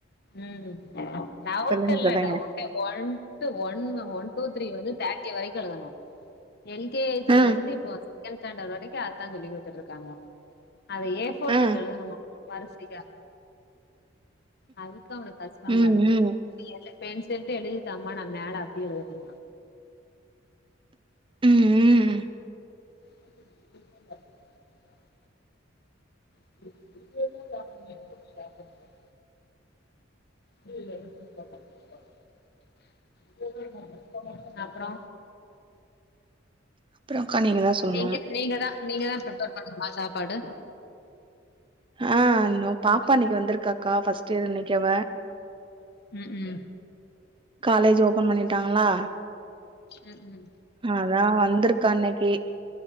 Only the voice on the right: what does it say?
சொல்லுங்க
சொல்லுங்க
ஆ
ஆ ஆ
ம்
ம்
உ உ உ
அப்புறம்க்கா தா சொல்லணு
ஆ பாப்பா இன்னிக்கு வந்திருக்காக்கா ஃபஸ்ட் இயர் இன்னிக்கு அவ
காலேஜ் ஓபன் பண்ணிட்டாங்களா
அதா வந்திருக்கா இன்னனிக்கு